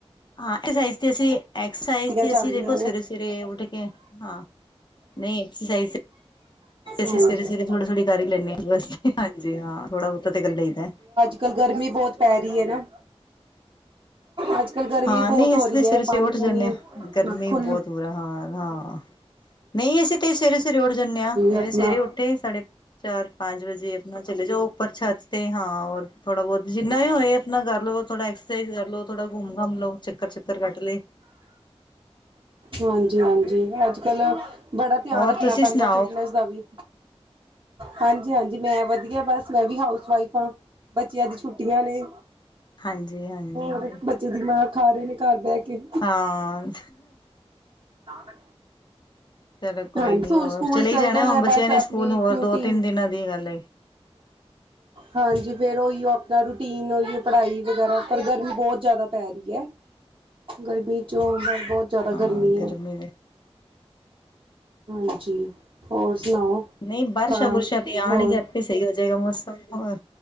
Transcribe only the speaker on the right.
ਚੱਲ
ਰਹੀਆਂ ਨੇ
ਹਾਂਜੀ
ਹਮ
ਇਕ, ਗਰਮੀਂ ਬਹੁਤ ਪੈ ਰਹੀਂ ਹੈ ਨਾ। ਅੱਜ-ਕੱਲ ਗਰਮੀਂ
ਬਹੁਤ
ਹੋ
ਰਹੀ
ਹੈ,
ਪਾਣੀ-ਪੂਣੀ,
ਰੱਖੋ।
ਆਪਣਾ
ਹਾਂਜੀ-ਹਾਂਜੀ, ਅੱਜ਼ ਕੱਲ੍ਹ ਬੜਾਂ ਧਿਆਂਨ
ਧਿਆਨ ਰੱਖਣਾਂ
ਪੈਂਦਾ,
ਫਿਟਨੈਸ ਦਾ ਵੀ ਹਾਂਜੀ ਹਾਂਜੀ, ਮੈਂ ਵਧੀਆਂ ਬਸ, ਮੈਂ ਵੀ ਹਾਊਸ ਵਾਈਫ਼ ਹਾਂ। ਬੱਚਿਆਂ ਦੀ ਛੁੱਟੀਆਂ ਨੇ।
ਹੋਰ, ਬੱਚੇ ਦਿਮਾਗ ਖਾ ਰਹੇਂ ਨੇ, ਘਰ ਬਹਿ ਕੇ।
<inaudible>
ਹਾਂਜੀ,
ਹੁਣ
ਸਕੂਲ
ਚੱਲ
ਜਾਣਾਂ,
ਬਸ
ਆਪਣੀਂ
ਡਿਊਟੀ
ਹਾਂਜੀ ਫੇਿਰ ਉਈਓ ਆਪਣਾ ਰੂਟੀਨ, ਉਈਓ ਪੜ੍ਹਾਈ ਵਗੈਰਾ, ਪਰ ਗਰਮੀ ਬਹੁਤ ਜ਼ਿਆਦਾ ਪੈ ਰਹੀ ਹੈ। ਗਰਮੀ 'ਚੋਂ ਅ, ਬਹੁਤ ਜ਼ਿਆਦਾ
ਗਰਮੀ ਹੈ।
ਹਾਂਜੀ, ਹੋਰ ਸੁਣਾਓ?
<unintelligible>
ਹੋਰ